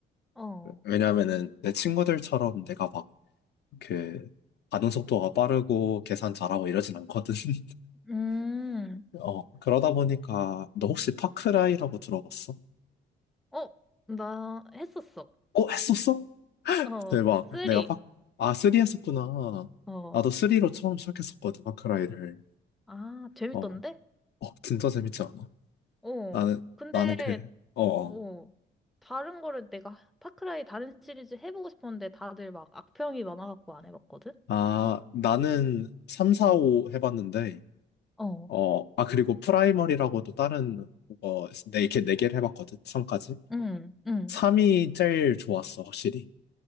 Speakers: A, in the centre; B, on the left (about 60°).
A: 어,
B: 왜냐면은 내 친구들처럼 내가 막 그 반응 속도가 빠르고 계산 잘하고 이러진 않거든. <laughs>
A: 음,
B: 어, 그러다 보니까 너 혹시 파크라이라고 들어봤어?
A: 어, 나 했었어.
B: 어, 했었어?
A: 어,
B: 대박.
A: 쓰리.
B: 내가 파, 아, 3 했었구나.
A: 어,
B: 나도 3로 처음 시작했었거든, 파크라이를.
A: 아, 재밌던데?
B: 어, 어, 진짜 재밌지 않아?
A: 어,
B: 나는,
A: 근데,
B: 나는 그, 어, 어.
A: 어, 다른 거를 내가 파크라이 다른 시리즈 해보고 싶었는데 다들 막 악평이 많아갖고 안 해봤거든?
B: 아, 나는 3, 4,
A: 어,
B: 5 해봤는데,
A: 어,
B: 어, 아, 그리고 프라이머리라고도 다른, 어, 네, 이렇게 네 개를 해봤거든, 3까지.
A: 응, 응,
B: 3이 제일 좋았어, 확실히.